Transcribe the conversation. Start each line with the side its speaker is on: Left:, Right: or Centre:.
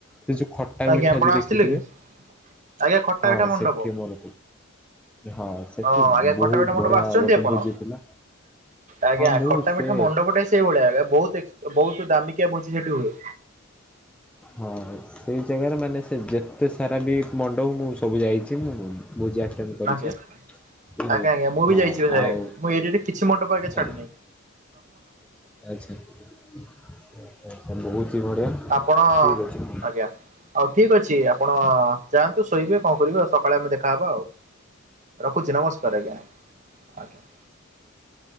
Centre: ଏ ଯେଉଁ ଖ ଟା
Right: ଆଜ୍ଞା
Centre: ମିଠା
Right: ଆପଣ
Centre: ଯୋଉ ଦେଖିଥିବେ।
Right: ଆସିଥିଲେ କି ଆଜ୍ଞା ଖଟା
Centre: ହଁ
Right: ପିଠା ମଣ୍ଡପ।
Centre: ସେଠି ମୋର ହଁ। ସେଠି
Right: ହଁ ଆଜ୍ଞା
Centre: ବହୁତ
Right: ଖଟା ମିଠା ମଣ୍ଡପ
Centre: ବଢିଆ
Right: ଆସୁଛନ୍ତି
Centre: ଗୋଟେ
Right: ଆପଣ
Centre: ଭୋଜି ଥିଲା
Right: ଆଜ୍ଞା
Centre: ହଁ ମୁଁ
Right: ଖଟା
Centre: ସେ
Right: ମିଠା ମଣ୍ଡପଟେ ସେଇ ଭଳିଆ ବହୁତ ବହୁତ ଦାମିକିଆ ଭୋଜି ସେଠି ହୁଏ।
Centre: ହଁ। ସେଇ ଜାଗାରେ ମାନେ ସେ ଯେତେ ସାରା ବି ମଣ୍ଡପ ମୁଁ ସବୁ ଯାଇଛି ମୁଁ ବୁଜା କରିଛି।
Right: ଆଜ୍ଞା
Centre: ବୁଝିଲେ
Right: ଆଜ୍ଞା ଆଜ୍ଞା ମୁଁ
Centre: ହଁ
Right: ଯାଇଛି।
Centre: ଆଉ
Right: ମୁଁ ଏରିଆ ରେ କିଛି ମଣ୍ଡପ ଛାଡ଼ିନି।
Centre: ହଁ ଆଚ୍ଛା, ଆଛା, ବହୁତ ହି ବଢ଼ିଆ।
Right: ଆପଣ
Centre: ଠିକ୍ ଅଛି
Right: ଆଜ୍ଞା। ଆଉ ଠିକ ଅଛି ଆପଣ ଯାଆନ୍ତୁ ଶୋଇବେେ କଣ କରିବେ ଆଉ ସକାଳେ ଆମେ ଦେଖାହେବା ଆଉ। ରଖୁଛି ନମସ୍କାର ଆଜ୍ଞା, ଆଜ୍ଞା।